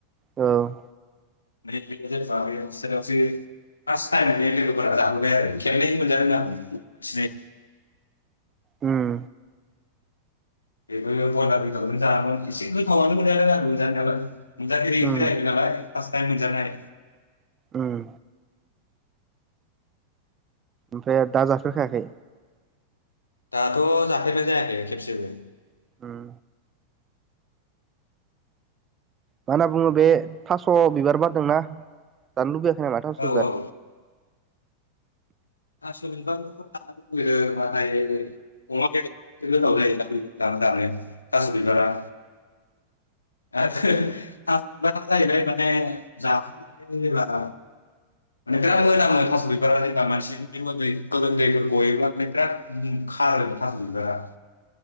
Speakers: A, on the right; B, on the left.
A: औ
B: <unintelligible> फार्स्ट टाइम बे लोगोफोरा जाहोबाय आरो खेबनै मोनजादों आं बोथिनै
A: उम
B: बेबो बयलार बेदरजों जादोंमोन एसे गोथावानो मोनजादों आंबो जानायावलाय । मोनजाफेरैसो
A: उम
B: जाहैदों नालाय फार्स्ट टाइम मोनजानाय।
A: उम ओमफ्राय दा जाफेरखायाखै?
B: दाथ' जाफेरनाय जायाखै खेबसेबो ।
A: उम मा होनना बुङो बे थास' बिबार बारदोंना जानो लुबैया खोनादोंना थास
B: औ
A: बिबार?
B: औ थास' बिबार खौथ' जानो लुबैदों नाथाय अमा बेदरजोंसो गोथाव जायोना थास' बिबारा जानो थास' बिबारा <unintelligible> थास' बिबारा जाहैबाय माने जाखांनानै जेनेबा माने बिराद मोनामो थास' बिबारा जेनबा मानसिनिफाय दै गोलोमदैफोर गयोब्लाा माने बिराद म खारोनो थास' बिबारा।